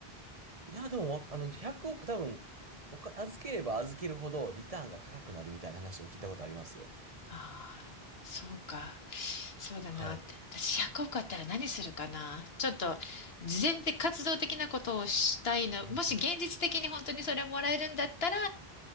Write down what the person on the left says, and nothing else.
ああ、そうか。そうだなって。
私100億あったら何するかな。ちょっと、事前で活動的なことをしたいの。
もし現実的に本当にそれもらえるんだったら、